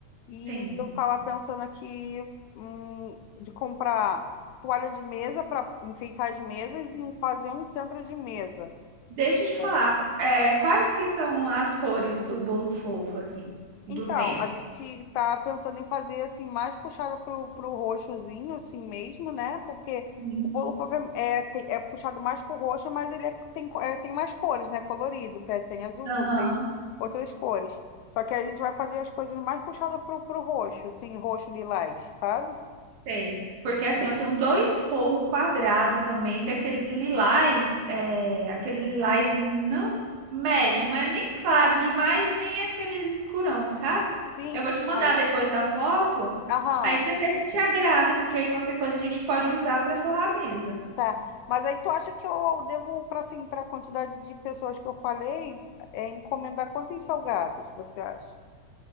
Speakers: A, on the left; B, on the right.
A: E
B: Sim.
A: eu tava pensando aqui, hum, de comprar toalha de mesa para enfeitar as mesas e fazer um centro de mesa.
B: Deixa eu te falar,
A: É.
B: é, quais que são as cores do bolo fofo, assim, do
A: Então,
B: tema?
A: a gente tá pensando em fazer assim, mais puxada pro, pro roxozinho, assim mesmo, né? Porque
B: Uhum.
A: o bolo fofo é, é, tem- é puxado mais pro roxo, mas ele é- tem, co- é, tem mais cores, né? Colorido, tem, tem azul,
B: Aham.
A: tem outras cores. Só que a gente vai fazer as coisas mais puxadas pro, pro roxo, assim, roxo lilás, sabe?
B: Sei, porque assim, eu tenho dois forros quadrados também, daqueles lilás, é, aquele lilás não médio, não é nem claro demais e nem é aquele escurão, sabe?
A: Sim,
B: Eu
A: sim,
B: vou te mandar
A: mas.
B: depois a foto,
A: Aham,
B: aí você vê se te agrada, porque aí qualquer coisa a gente pode usar para forrar a mesa.
A: tá. Mas aí tu acha que eu devo, para assim, para a quantidade de pessoas que eu falei, é, encomendar quantos salgados, você acha?